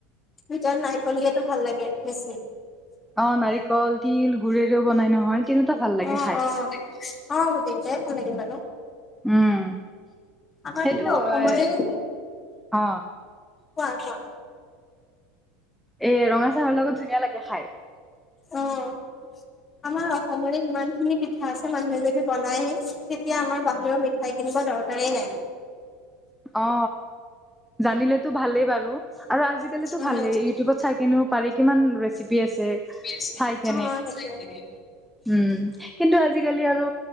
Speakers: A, on the left; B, in the centre.
A: ভিতৰত নাৰিকল দিয়াটো ভাল লাগে বেচি।
B: অ, নাৰিকল তিল গুৰেৰেও বনাই নহয়। তিনিটা ভাল লাগে
A: অ,
B: খাই
A: অ, অ গোটেই কেইটাই ভাল লাগিব আৰু।
B: উম
A: আমাৰ
B: সেইটো
A: কিন্তু অসমৰে
B: এ অ।
A: কোৱা কোৱা?
B: এ, ৰঙা চাহৰ লগত ধুনীয়া লাগে খাই।
A: অ', আমাৰ অসমৰে ইমান খিনি পিঠা আছে মানুহে যদি বনায় তেতিয়া আমাৰ বাহিৰৰ মিঠাই কিনিব দৰ দৰকাৰেই নাই।
B: অ, জানিলে ভালে বাৰু আৰু আজিকালটো
A: উম
B: ভালে ইটিউবত চাইকিনেও পাৰি কিমান ৰেচিপি আছে।
A: অ সেইটোৱে
B: চাই কেনে উম কিন্তু আজিকালি আৰু